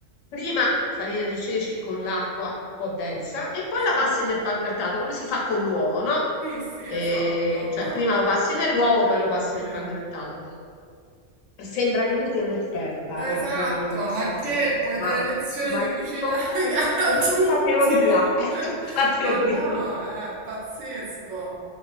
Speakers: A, on the left; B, on the right.
A: prima farina di ceci con l'acqua un po' densa e poi
B: sì.
A: la passi nel pangrattato, come si fa con l'uovo, no?
B: Sì, sì,
A: Eh,
B: esatto. Beh,
A: cioè prima
B: buono,
A: lo passi
B: ottima
A: nell'uovo,
B: idea.
A: poi lo passi
B: Sì.
A: nel pangrattato. Sembra che io sia un'esperta,
B: Esatto,
A: eh, da quello che ti
B: ma
A: sto dicendo,
B: che puoi
A: ma
B: dare lezioni
A: ma
B: di
A: è
B: cucina
A: tutto
B: <laughs> vegana
A: è è
B: a tutti?
A: tutta teoria, è
B: <laughs>
A: tutta <laughs> teoria.
B: Ma no, è pazzesco.